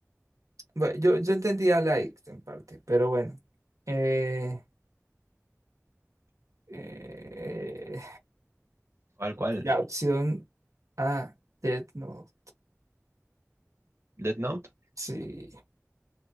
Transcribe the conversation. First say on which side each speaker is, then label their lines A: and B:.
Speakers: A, on the right (about 90°); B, on the right (about 55°).
A: Bueno, yo, yo entendía like en parte, pero bueno. Eh, eh,
B: ¿Cuál, cuál?
A: la opción A, Death Note.
B: ¿Death Note?
A: Sí.